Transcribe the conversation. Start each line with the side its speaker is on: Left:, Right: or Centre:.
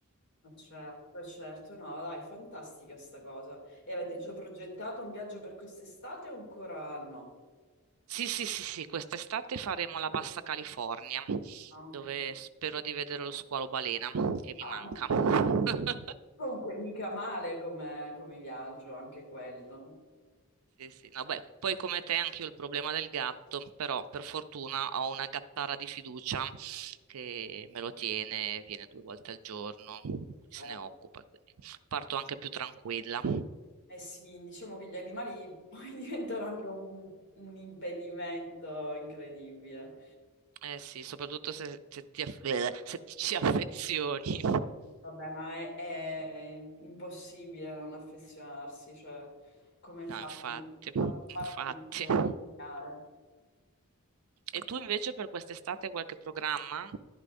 Left: ma certo, certo, no, dai, fantastica sta cosa. E avete già progettato un viaggio per quest'estate o ancora no?
Right: Sì, sì, sì, sì, quest'estate faremo la Bassa California,
Left: Ah, Ok.
Right: dove spero di vedere lo squalo balena, che mi
Left: Ah,
Right: manca.
Left: no.
Right: <laughs>
Left: Comunque, mica male come, come viaggio, anche quello.
Right: Sì, sì. No, beh, poi come te anche io ho il problema del gatto, però per fortuna ho una gattara di fiducia che me lo tiene, viene due volte al giorno, se
Left: Eh
Right: ne occupa, quindi parto anche più tranquilla.
Left: eh sì, diciamo che gli animali poi <laughs> diventano anche un, un impedimento incredibile.
Right: Eh sì, soprattutto se, se ti, aff- eh, se ti ci affezioni.
Left: Vabbè, ma è, è impossibile non affezionarsi, cioè, come fai?
Right: No, infatti,
Left: Fa parte
Right: infatti.
Left: di familiare.
Right: Mm. E tu invece per quest'estate hai qualche programma?